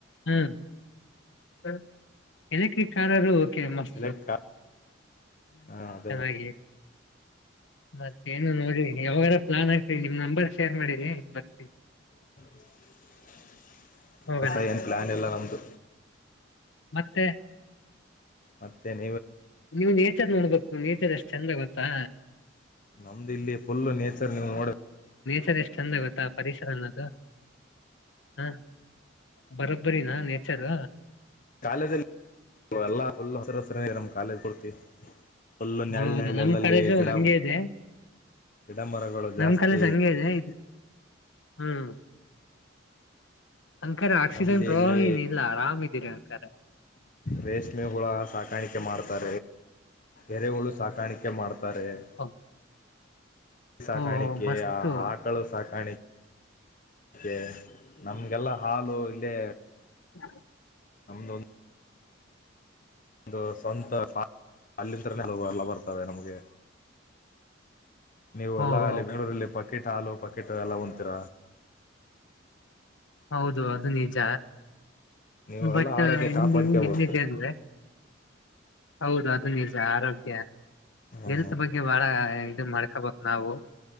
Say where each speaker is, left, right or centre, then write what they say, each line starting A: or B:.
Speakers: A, on the left; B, on the left.
A: ಹ್ಮ ಏನಕ್ಕೆ ಕಾರದು. ಕೆ ಮಸ್ತು
B: ಎಲೆಕ್ಟ್
A: ಹ್ಮ
B: ಕಾರ್ ಹ
A: ಅದು
B: ಅದೇ
A: ಚೆನ್ನಾಗಿ ಮತ್ತೇನು ನೋಡಿ ಯಾವಗರ. ಪ್ಲಾನ್ ಐತಿ ಈಗ ನಿಮ್ ನಂಬರ್ ಶೇರ್ ಮಾಡಿರಿ ಬರ್ತಿಗ.
B: ಹ <inaudible>
A: ಹೋಗೋಣ
B: ಹೊಸ ಏನ್ ಪ್ಲಾನ್ ಇಲ್ಲ ನಮ್ದು.
A: ಮತ್ತೆ
B: ಮತ್ತೇನ
A: ನೀವು ನೇಚರ್ ನೋಡ್ಬೇಕು ನೇಚರ್ ಎಷ್ಟ್ ಚಂದ ಗೊತ್ತಾ.
B: ನಮ್ದು ಇಲ್ಲಿ ಫುಲ್ ನೇಚರ್ ನೀವು ನೋಡ.
A: ಚರ ಎಷ್ಟ ಚಂದಗೊತ್ತ. ಪರಿಸರನದು. ಹಾ ಬರೋಬ್ಬರಿನಾ ನೇಚರ್.
B: ಕಾಲೇಜಲ್ಲಿ ಎಲ್ಲಾ ಫುಲ್ ಹಸರ ಹಸರಿದೆ ನಮ್ಮ್ ಕಾಲೇಜ್ ಪೂರ್ತಿ. ಫುಲ್ಲು ನೆಳ್
A: ಹೌದಾ
B: ನೆಳ್ಳಲ್ಲಿ
A: ನಮ್ ಕಾಲೆಜು
B: ಗಿಡ
A: ಹಂಗೆ ಇದೆ
B: ಗಿಡ ಮರಗಳು ಜಾಸ್ತಿ
A: ನಮ್ ಕಾಲೇಜ್ ಹಂಗೆ ಇದೆ ಹ್ಮ್ ಅಂಕರ ಆಕ್ಸಿಜನ್
B: ನಮ್ಮಲ್ಲಿ
A: ಪ್ರಾಬ್ಲಮ್
B: ಇಲ್ಲಿ
A: ಏನಿಲ್ಲ ಆರಾಮ್ ಇದೀರಿ ಅಂಕರ
B: ರೇಷ್ಮೆ ಹುಳ ಸಾಕಾಣಿಕೆ ಮಾಡ್ತಾ ಎರೆ ಹಳು ಸಾಕಾಣಿಕೆ ಮಾಡ್ತಾರೆ ಬಾರೆ
A: ಓಹ್
B: ಿ ಸಾಕಾಣಿಕೆ
A: ಓಹೋ ಮಸ್ತು
B: ಆ ಆಕಳ ಸಾಕಾಣಿಕೆ ಓೆ ನಮ್ಗೆಲ್ಲಾ ಹಾಲು ಅಂದ
A: ಹ್
B: ನಮ್ದೊಂದು ಒಂದು ಸ್ವಂತ ಅಲ್ಲಿಿದ್ರ ಎಲ್ಲ ಬರ್ತವೆ ನಮ್ಗೆ ನೀವು ಅಲ್ಲ
A: ಓಹೋ
B: ಅಲ್ಲಿ ಬೆಂಗಳೂರಲ್ಲಿ ಪಕೆಟ್ ಹಾಲು ಪಕೆಟ್ ಎಲ್ಲ ಒಂತರ.
A: ಹೌದು ಅದು ನಿಜ
B: ನೀವು
A: ಬಟ್
B: ಎಲ್ಲಾ ಆರೋಗ್ಯ
A: ಇಲ್ಲಿ
B: ಕಾಪಾಡ್ಕೋಬೇಕು
A: ಎಲ್ಲಿದೆ ಅ್ರದೆ ಹೌದು ಅದು ನಿಜ ಆರೋಗ್ಯ
B: ಹಾ
A: ಎಲ್ತ್ ಬಗ್ಗೆ ಬಾಳ ಮಾಡ್ಕೋಬೇಕ ನಾವು